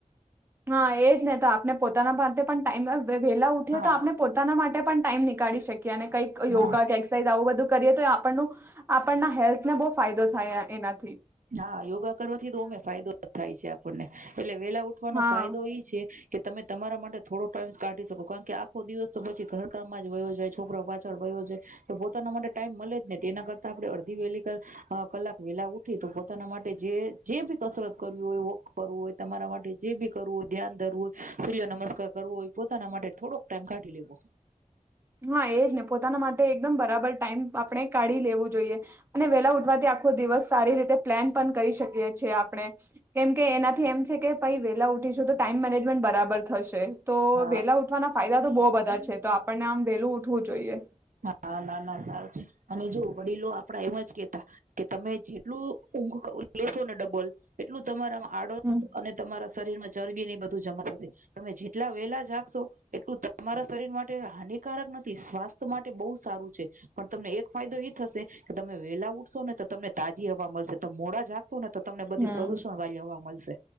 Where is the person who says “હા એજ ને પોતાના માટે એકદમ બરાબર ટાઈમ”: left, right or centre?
Right